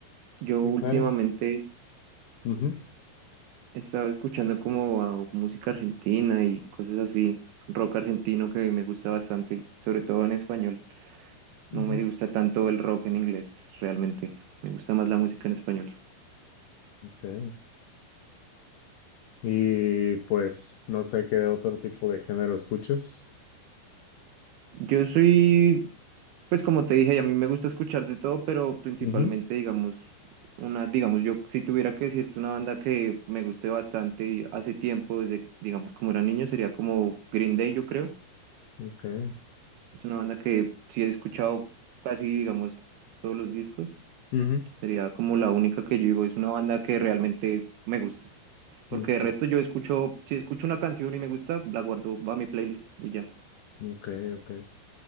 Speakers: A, on the right (about 75°); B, on the left (about 75°).
A: Yo
B: Sí,
A: últimamente
B: claro.
A: es-
B: Ujú,
A: he estado escuchando como a música argentina y cosas así, rock argentino que me gusta bastante, sobre todo en español.
B: Ujú.
A: No me gusta tanto el rock en inglés, realmente. Me gusta más la música en español.
B: ok. Y pues no sé qué otro tipo de género escuchas.
A: Yo soy, pues como te dije, a mí me gusta escuchar de todo, pero principalmente,
B: Ujú,
A: digamos, una, digamos, yo si tuviera que decirte una banda que me guste bastante y hace tiempo, desde, digamos, como era niño, sería como Green Day, yo creo.
B: ok.
A: Es una banda que sí he escuchado casi, digamos, todos los discos.
B: Ujú,
A: Sería como la única que yo digo, es una banda que realmente me gusta. Porque
B: ok,
A: de resto yo escucho, si escucho una canción y me gusta, la guardo va a mi playlist y ya.
B: ok, ok.